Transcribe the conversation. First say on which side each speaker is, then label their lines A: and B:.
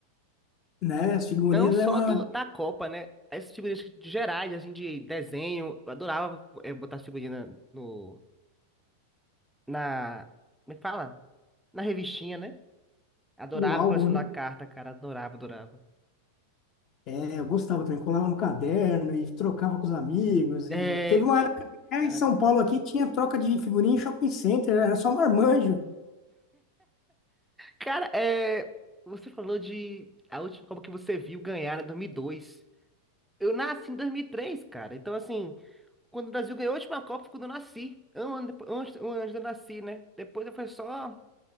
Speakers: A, on the left; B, in the centre.
A: Né? As figurinhas
B: Não só
A: é uma
B: do- da Copa, né? As figurinhas de gerais, assim, de desenho. Eu adorava eh, botar as figurinhas na- no, na. Me fala? Na revistinha, né? Adorava
A: do álbum,
B: colecionar
A: né?
B: carta, cara. Adorava, adorava.
A: É, eu gostava também, colava no caderno e trocava com os amigos.
B: É.
A: E teve uma
B: pô,
A: época que, é,
B: Cara,
A: em São Paulo aqui tinha troca de figurinha em shopping center, era só marmanjo.
B: cara, é. Você falou de a última Copa que você viu ganhar, né? dois mil e dois. Eu nasci em dois mil e três cara. Então, assim, quando o Brasil ganhou a última Copa, foi quando eu nasci. Um ano depois, um ano antes de eu nasci, né? Depois foi só.